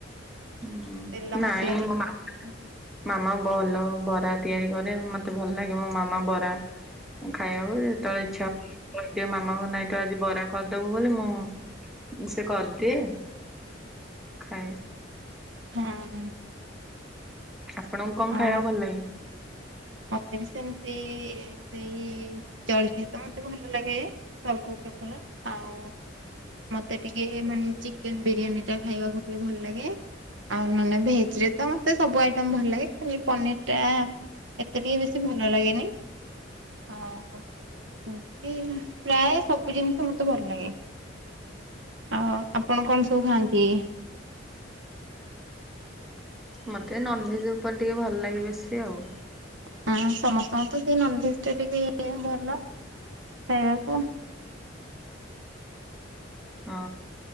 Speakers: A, in the centre; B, on the right.
A: ହୁଁ
B: ତେଲ ମସଲା
A: ନାଇଁ
B: ଦେଇକି
A: ମ ମା।
B: ହୁଁ
A: ମାମା ଭଲ ବରା ତିଆରି କରେ ମତେ ଭଲ ଲାଗେ ମୋ ମାମା ବରା। ଁ ଖାଇବାକୁ ଯେତେବେଳେ ଇଚ୍ଛା ହ। କହିଦିଏ ମାମାଙ୍କୁ ନାଇଁ ତୁ ଆଜି ବରା କରିଦବୁ ବୋଲି ମୁଁ ସେ କରିଦିଏ। ଖାଏ।
B: ହଁ
A: ଆପଣଙ୍କୁ କଣ
B: ଆଉ
A: ଖାଇବାକୁ ଭଲ ଲାଗେ?
B: ମତେ ବି ସେମତି ସେଇ ଜଳଖିଆ ତ ମତେ ଭଲ ଲାଗେ, ସବୁ ପ୍ରକାର ଆଉ ମତେ ଟିକେ ମାନେ ଚିକେନ ବିରିୟାନୀ ଟା ଖାଇବାକୁ ଟିକେ ଭଲ ଲାଗେ। ଆଉ ନହେଲେ ଭେଜରେ ତ ମୋତେ ସବୁ ଆଇଟମ୍ ଭଲ ଲାଗେ, ଖାଲି ପନିରଟା ଏତେ ଟିକେ ବେଶୀ ଭଲ ଲାଗେନି। ହଁ ଏମିତି ପ୍ରାୟ ସବୁ ଜିନିଷ ମତେ ଭଲ ଲାଗେ ଆଉ ଆପଣ କଣ ସବୁ ଖାଆନ୍ତି?
A: ମତେ ନନଭେଜ ଉପରେ ଟିକେ ଭଲ ଲାଗେ ବେଶୀ ଆଉ
B: ହଁ ସମସ୍ତଙ୍କୁ ତ ସେଇ ନନଭେଜଟା ଟିକେ ଭଲ ଖାଇବାକୁ।
A: ହଁ